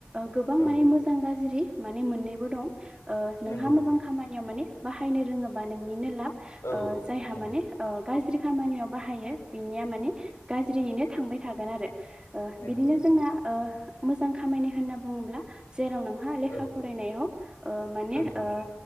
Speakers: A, on the right; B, on the left.
A: गोबां
B: औ
A: माने मोजां गाज्रि माने मोननैबो दं ओ नोंहा
B: नंगौ
A: मोजां
B: नंगौ
A: खामानियाव माने बाहायनो रोङोबा नोंनिनो लाब
B: औ
A: ओ जायहा
B: नंगौ
A: माने ओ गाज्रि खामानियाव बाहायो बिनिया माने गाज्रियैनो थांबाय थागोन आरो। ओ
B: नंगौ
A: बिदिनो
B: नोंथां
A: जोंना
B: नंगौ
A: मोजां खामानि होनना बुङोब्ला जेराव नोंहा लेखा
B: औ
A: फरायनायाव ओ माने
B: नंगौ नंगौ
A: ओ